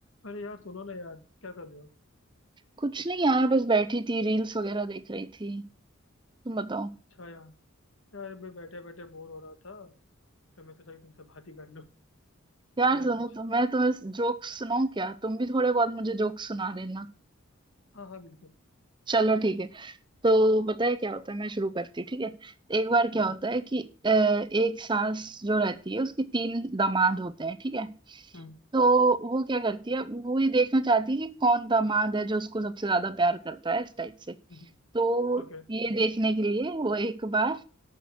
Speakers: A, on the left (about 70°); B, on the right (about 20°).
A: अरे यार सुनो ना यार क्या कर रहे हो
B: कुछ नहीं यार बस बैठी थी रील्स वगैरह देख रही थी तुम बताओ
A: अच्छा यार यार मैं बैठे बैठे बोर हो रहा था तो मैं सोचा कि तुमसे बात ही कर लूं
B: यार
A: बताओ
B: सुनो
A: यार कुछ
B: तो मैं तुम्हें जोक्स सुनाऊं क्या तुम भी थोड़े बहुत मुझे जोक्स सुना देना
A: हाँ हाँ बिल्कुल
B: चलो ठीक है तो पता है क्या होता है मैं शुरू करती हूँ ठीक है एक बार क्या
A: हम्म हम्म
B: होता है कि अ, एक सास जो रहती है उसके तीन दामाद होते हैं ठीक है
A: हम्म
B: तो वो क्या करती है वो ये देखना चाहती है कि कौन दामाद है जो उसको सबसे ज्यादा प्यार करता है इस टाइप से
A: हम्म, हम्म।
B: तो
A: ओके
B: ये देखने के लिए वो एक बार